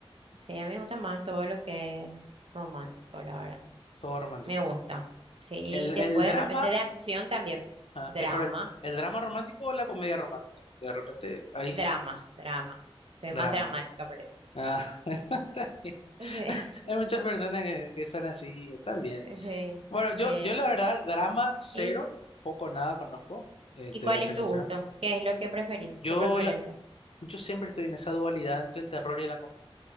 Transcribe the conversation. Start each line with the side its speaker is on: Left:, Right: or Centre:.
Right: Sí, a mí me gusta más todo lo que es romántico, la verdad.
Left: todo romántico?
Right: Me gusta. Sí, y
Left: ¿El,
Right: después
Left: el drama
Right: de repente de acción también.
Left: Ah,
Right: Drama,
Left: eh, pero el, el drama romántico o la comedia romántica, porque de repente hay
Right: drama, drama. Soy
Left: drama.
Right: más dramática, parece.
Left: Ah, <laughs> está bien.
Right: Sí,
Left: Hay muchas personas que, que son así, está bien.
Right: <laughs> sí,
Left: Bueno, yo,
Right: sí.
Left: yo la verdad, drama cero,
Right: ¿Y,
Left: poco o nada conozco, eh,
Right: y
Left: te
Right: cuál
Left: voy a ser
Right: es tu
Left: sincero.
Right: gusto? ¿Qué es lo que preferís?
Left: Yo,
Right: ¿Tu preferencia?
Left: la- yo siempre estoy en esa dualidad entre el terror y la comedia.